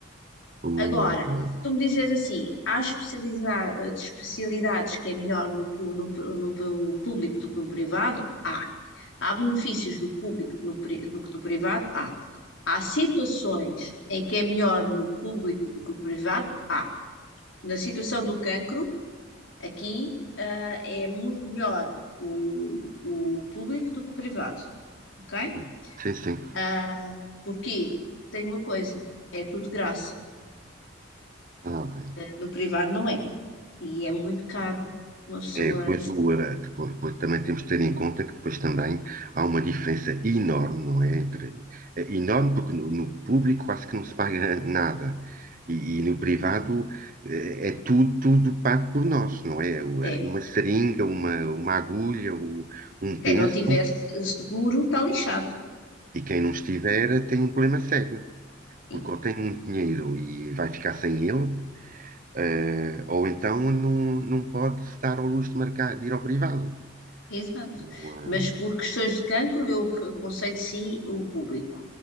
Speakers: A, on the right; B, on the left.
A: o,
B: Agora,
A: eh,
B: se tu me dizes assim, há especializa- especialidades que é melhor no, pu- no pu- no pu- público do que no privado, há. Há benefícios do público no pri- do que do privado, há. Há situações em que é melhor no público do que no privado, há. Na situação do cancro, aqui, ah, é muito melhor o, o público do que o privado, ok?
A: o- sim, sim,
B: Ah, porquê? Porque tem uma coisa, é tudo de graça.
A: está bem.
B: No privado não é. E é muito caro. Uma pessoa.
A: É, depois, o, eh, depois, depois também temos de ter em conta que depois também há uma diferença enorme, não é? Entre, é enorme porque no, no público quase que não se paga <laughs> nada. E, e no privado eh, é tudo, tudo pago por nós, não é? O-
B: É.
A: eh, Uma seringa, uma, uma agulha, o- um
B: Quem
A: penso,
B: não tiver seguro está lixado.
A: e quem não estiver eh, tem um problema sério.
B: Sim,
A: porque ou tem muito dinheiro e vai ficar sem ele, eh, ou então não, não pode se dar ao luxo de, marcar, de ir ao privado.
B: exato.
A: O, eh,
B: Mas por questões de cancro, eu que aconselho sim o público.